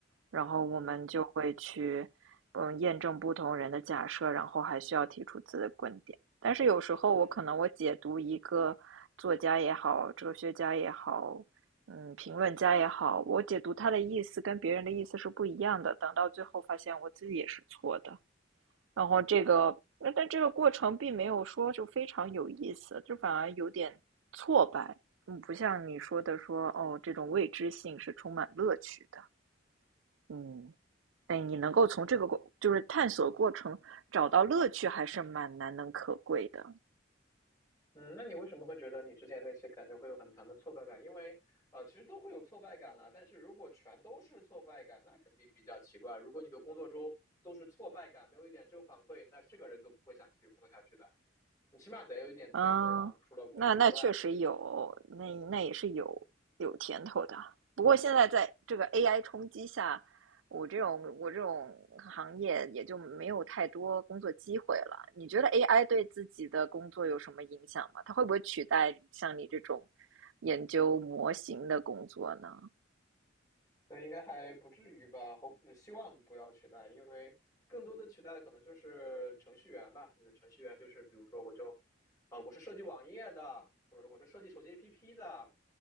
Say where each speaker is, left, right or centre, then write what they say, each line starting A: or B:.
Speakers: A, on the right (about 85°); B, on the left (about 15°).
A: 然后我们就会去，
B: 嗯
A: 嗯，验证不同人的假设，然后还需要提出自己的观点。但是有时候我可能我解读一个作家也好，
B: 嗯
A: 哲学家也好，嗯，评论家也好，我解读他的意思跟别人的意思是不一样的。等到最后发现我自己也是错的，然后这个，那但这个过程并没有说就非常有意思，就反而有点挫败。嗯，不像你说的说哦，这种未知性是充满乐趣的。嗯，哎，你能够从这个过，就是探索过程找到乐趣，还是蛮难能可贵的。
B: 嗯，那你为什么会觉得你之前那些感觉会有很强的挫败感？因为啊，其实都会有挫败感啦，但是如果全都是挫败感，那肯定比较奇怪。如果你的工作中都是挫败感，没有一点正反馈，那是个人都不会想继续工作下去的。你起码得有一点甜头啊，
A: 嗯，
B: 除了工资之外，
A: 那那确实有，
B: 对，嗯。
A: 那那也是有有甜头的。不过现在在这个 AI 冲击下，我这种我这种行业也就没有太多工作机会了。你觉得 AI 对自己的工作有什么影响吗？它会不会取代像你这种研究模型的工作呢？
B: 那应该还不至于吧？后希望不要取代，因为更多的取代的可能就是程序员吧。就是程序员，就是比如说我就啊、我是设计网页的，或者说我是设计手机 APP 的，